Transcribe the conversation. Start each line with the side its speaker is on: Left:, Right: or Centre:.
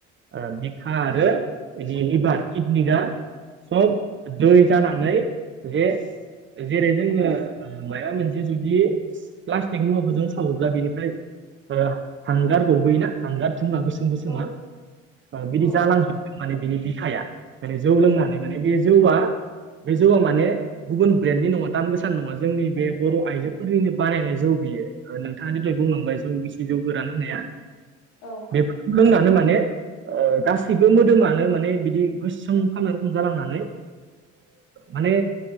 Right: ओ बिखा आरो बेनि लिभार किडनि दा सब दै जाना नै जे जेरै जोंङो माबा मोनसे जुदि प्लास्टिक मुवाफोर जों सावोब्ला बेनिफ्राय ओ हांगार ओ गबोयोना हांगार थुङा गोसो गोसोम
Left: औ
Right: गोसोमा बिदि
Left: औ
Right: जालांजोबदों माने बिनि बिखाया माने जौ लोंनानै माने बे जौआ बे जौआ माने गुबुन ब्रेन्डनि नङा दाम गोसान नङा जोंनि बे बर' आइजोफोरनिनो बानायनाय जौ बेयो नोंथाङादि दहाय बुंलांबाय जौ गिसि जौ गोरान होननाया
Left: औ।
Right: बेफोरखौ लोंनानै माने गासैबो मोदोमानो माने बिदि गोसोोम फानना रुखोम जालांनानै माने